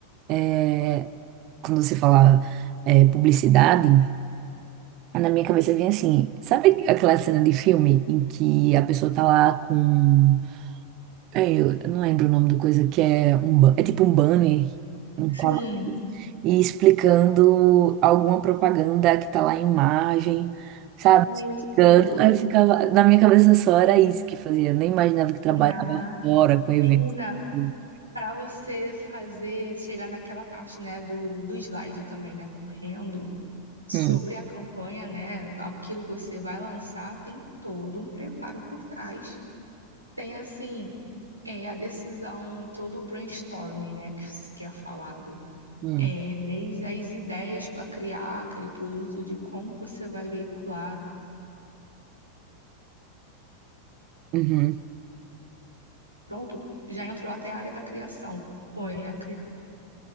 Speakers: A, on the right; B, on the right.
A: é, quando você fala é, publicidade, na minha cabeça vem assim, sabe aquela cena de filme em que a pessoa tá lá com, é, eu não lembro o nome da coisa, que é um, ba- é tipo um banner, um
B: sim,
A: cava- e explicando alguma propaganda que tá lá em imagem, sabe? Explicando.
B: isso.
A: Aí eu ficava, na minha cabeça só era isso que fazia, eu nem imaginava que trabalhava
B: Na,
A: fora com eventos.
B: menina,
A: Hum,
B: para você fazer, chegar naquela parte, né, do, do slide também, né, correndo sobre
A: hum,
B: a campanha, né, aquilo que você vai lançar, tem todo um preparo por trás. Tem, assim, é, a decisão, todo o brainstorming, né, que, se- que é falado.
A: hum,
B: é, desde as ideias para criar aquele produto, de como você vai veicular.
A: uhum.
B: Pronto, já entrou até a área da criação. Ou é a